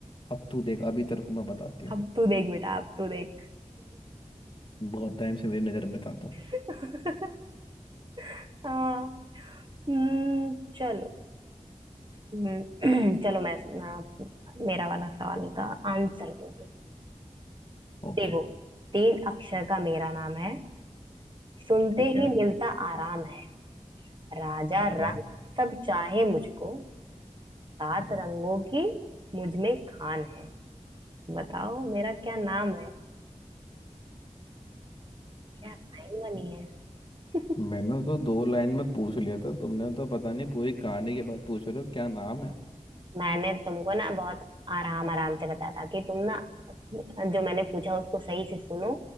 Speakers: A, on the left; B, on the right.
A: अब तू देख अभी तेरे को मैं बताती हूँ
B: अब तू देख बेटा अब तू देख
A: बहुत टाइम से मेरी नज़र में था तू
B: <laughs> हाँ हम्म, चलो हम्म, <clears throat> चलो मैं ना, मेरा वाला सवाल का आंसर दो तुम
A: ओके
B: देखो तीन अक्षर का मेरा नाम है सुनते
A: ठीक है
B: ही मिलता आराम है राजा
A: ओके
B: रंग सब चाहे मुझको सात
A: हम्म,
B: रंगों की मुझ में खान है बताओ मेरा क्या नाम है क्या लाइन बनी है <laughs>
A: मैंने तो दो लाइन में पूछ लिया था तुमने तो पता नहीं पूरी कहानी के बाद पूछ रहे हो क्या नाम है
B: मैंने तुमको ना बहुत आराम आराम से बताया था कि तुम ना जो मैंने पूछा उसको सही से सुनो